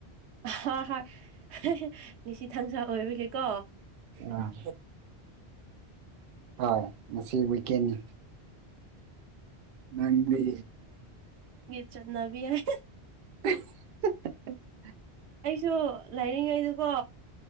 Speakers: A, on the right (about 80°); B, on the right (about 65°).
A: ꯍꯣꯏ ꯍꯣꯏ ꯉꯁꯤ ꯊꯥꯡꯁꯥ ꯑꯣꯏꯕꯒꯦꯀꯣ
B: ꯑ ꯍꯣꯏ ꯉꯁꯤ ꯋꯤꯀꯦꯟꯅꯤ ꯅꯗꯤ
A: ꯆꯠꯅꯥꯕꯤ ꯍꯥꯏ
B: <unintelligible>
A: ꯑꯩꯁꯨ ꯂꯥꯏꯔꯤꯉꯩꯗꯨꯀꯣ